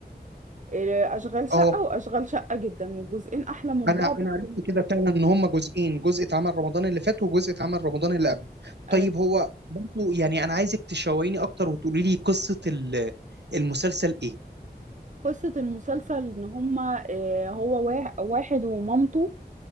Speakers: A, on the right (about 45°); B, on the right (about 85°).
A: آه اشغال شقة
B: اه
A: واشغال شقة جدا والجزئين احلى من
B: انا
A: بعض
B: انا
A: وكوميدي
B: عرفت كده
A: جداً.
B: فعلا ان هم جزئين جزء اتعمل رمضان اللي فات وجزء اتعمل رمضان اللي قبل
A: آه
B: طيب هو برضه يعني انا عايزك تشوقيني اكتر وتقولي لي قصة ال- المسلسل ايه
A: قصة المسلسل ان هما آه هو وا- واحد ومامته